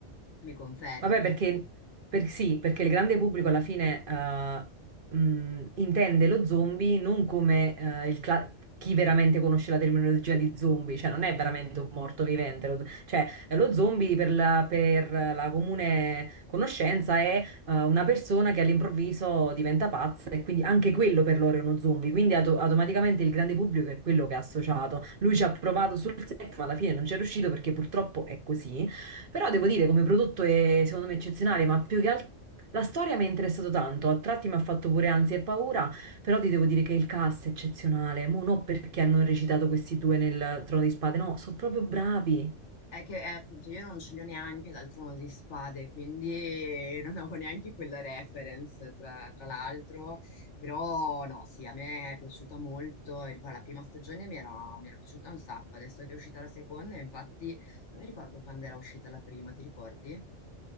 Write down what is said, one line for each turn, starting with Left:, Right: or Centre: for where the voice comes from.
Left: Mi confermi?
Right: Vabbè, perché, per- sì, perché il grande pubblico alla fine eh, mh, intende lo zombie non come eh, il cla- chi veramente conosce la terminologia di zombie, cioè non è veramente un morto vivente, lo- cioè lo zombie per la, per la comune conoscenza è eh, una persona che all'improvviso diventa pazza e quindi anche quello per loro è uno zombie, quindi auto- automaticamente il grande pubblico è quello che ha associato. Lui ci ha provato sul set, ma alla fine non ci è riuscito perché purtroppo è così. Però devo dire, come prodotto è secondo me eccezionale, ma più che altro la storia mi è interessato tanto, a tratti mi ha fatto pure ansia e paura, però ti devo dire che il cast è eccezionale, mo non perché hanno recitato questi due nel Trono di Spade, no, sono proprio bravi.
Left: È che, eh, appunto, io non ce li ho neanche dal Trono di Spade, quindi <laughs> non avevo neanche quella reference, tra, tra l'altro. Però, no, sì, a me è piaciuta molto. e Ricordo, la prima stagione mi era, mi era piaciuta un sacco. Adesso che è uscita la seconda, infatti, non mi ricordo quando era uscita la prima, ti ricordi?